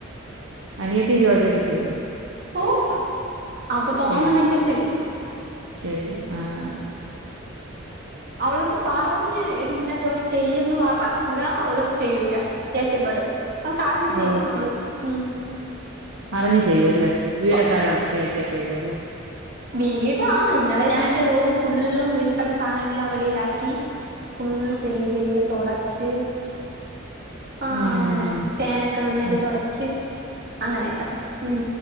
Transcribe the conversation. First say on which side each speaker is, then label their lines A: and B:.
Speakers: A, on the right; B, on the right.
A: അനിയത്തി ജോലിയൊക്കെ ചെയ്യോ
B: ഓപ്പ് അവക്ക് തോന്നന്നണെങ്കിൽ
A: ചെയ്യും
B: ചെയ്യും
A: ചെയ്യും ആഹ്
B: അവളട്ത്ത് പറഞ്ഞ് എടീ ഇന്ന ജോലി ചെയ്യ്ന്ന് പറഞ്ഞാ അവള് ചെയ്യൂല ദേഷ്യപ്പെടും അവക്കറിഞ്ഞ്
A: ഓ
B: ചെയ്യും അവള് ഉം
A: അറിഞ്ഞ് ചെയ്യും അല്ലേ
B: ഇപ്പൊ
A: വീടൊക്കെ അല്ല വൃത്തിയാക്കിയൊക്കെ ഇടൂ അല്ലേ
B: വീട് ആ ഇന്നലെ ഞാൻ എന്റെ റൂമ് ഫുള്ളും <unintelligible> കിടന്ന സാധനോം എല്ലാം വെളിയിലാക്കി ഫുൾ ക്ലീൻ ചെയ്ത് തുടച്ച് ആഹ
A: ഉം
B: അങ്ങനെ ഫാനൊക്കെ നന്നായി
A: ഉം
B: തൊടച്ച് അങ്ങനെയൊക്കെ ഉം